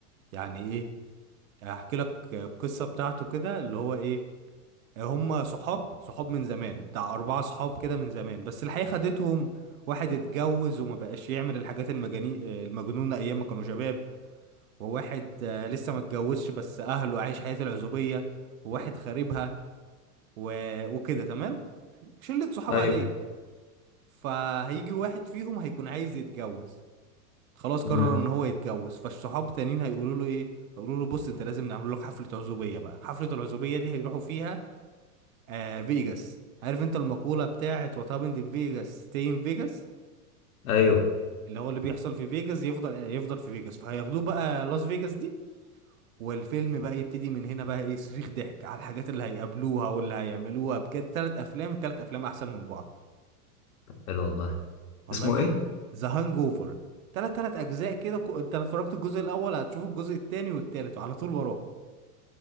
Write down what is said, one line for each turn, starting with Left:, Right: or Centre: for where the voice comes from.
Right: يعني ايه هحكي لك القصة بتاعته كده اللي هو ايه هم صحاب صحاب من زمان بتاع أربعة صحاب كده من زمان بس الحقيقة خدتهم واحد اتجوز وما بقاش يعمل الحاجات المجاني المجنونة أيام ما كانوا شباب وواحد آه، لسه ما اتجوزش بس أهله عايش حياة العزوبية وواحد خاربها و... وكده تمام شلة صحاب
Left: ايوه
Right: عادية فهيجي واحد فيهم هيكون عايز يتجوز خلاص قرر
Left: امم
Right: ان هو يتجوز فالصحاب التانيين هيقولوا له ايه هيقولوا له بص انت لازم نعمل لك حفلة عزوبية بقى حفلة العزوبية دي هيروحوا فيها آه فيجاس عارف انت المقولة بتاعت وات هابند ان فيجاس ستي ان فيجاس
Left: ايوه
Right: اللي هو اللي بيحصل في فيجاس يفضل آه، يفضل في فيجاس فهياخدوه بقى لاس فيجاس دي والفيلم بقى يبتدي من هنا بقى ايه صريخ ضحك على الحاجات اللي هيقابلوها واللي هيعملوها بجد تلات افلام التلات افلام احسن من بعض
Left: حلو والله
Right: والله
Left: اسمه
Right: في
Left: ايه؟
Right: ذا هانج اوفر تلات تلات اجزاء كده كو- انت لو اتفرجت الجزء الاول هتشوف الجزء التاني والتالت وعلى طول وراه